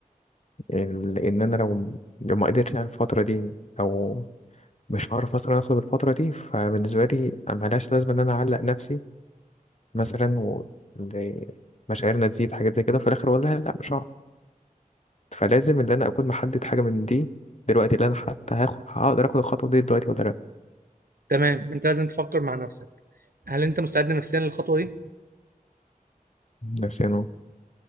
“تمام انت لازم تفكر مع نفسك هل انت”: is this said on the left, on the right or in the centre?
Right